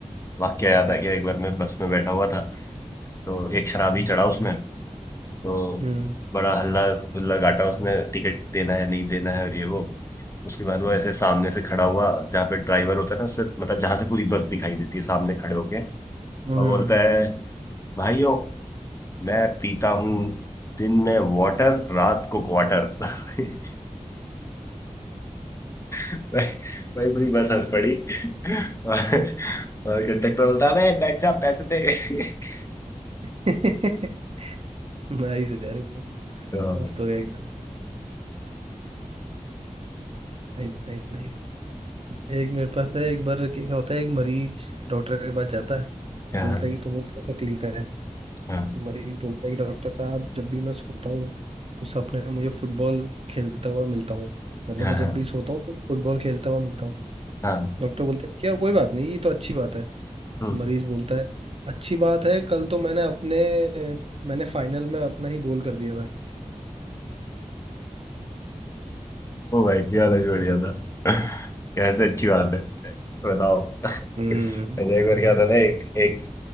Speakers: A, on the left; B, on the right.
A: वाक्य याद आ गया एक बार मैं बस में बैठा हुआ था तो एक शराबी चढ़ा उसमें तो
B: हम्म
A: बड़ा हल्ला गुल्ला गाटा उसने टिकट देना है नहीं देना है और ये वो उसके बाद वो ऐसे सामने से खड़ा हुआ जहाँ पे ड्राइवर होता है ना उससे मतलब जहाँ से पूरी बस दिखाई देती है सामने खड़े होके और
B: हम्म
A: बोलता है भाइयों मैं पीता हूँ दिन में वाटर रात को क्वार्टर <laughs> भाई भाई पूरी बस हंस पड़ी और, और कंडक्टर बोलता है अबे बैठ जा पैसे दे <laughs>
B: <laughs> नाइस यार ये तो
A: तो,
B: मस्त हो गया एकदम Nice nice nice एक मेरे पास है एक बार क्या क्या होता है एक मरीज डॉक्टर के पास जाता है
A: हाँ
B: बोलता
A: हाँ
B: है कि तुमको क्या तकलीफ है
A: हाँ
B: तो मरीज बोलता है कि डॉक्टर साहब जब भी मैं सोता हूँ तो सपने में मुझे फुटबॉल खेलता हुआ मिलता हूँ मतलब
A: हाँ
B: मैं जब
A: हाँ
B: भी सोता हूँ तो फुटबॉल खेलता हुआ मिलता हूँ
A: हाँ,
B: डॉक्टर बोलते हैं क्या कोई बात नहीं ये तो अच्छी बात है
A: हम्म।
B: तो मरीज बोलता है अच्छी बात है कल तो मैंने अपने मैंने फाइनल में अपना ही गोल कर दिया था
A: वो भाई क्या अलग ही बढ़िया था कैसे अच्छी बात है तो बताओ
B: हम्म
A: ऐसे एक बार क्या होता था ना, एक एक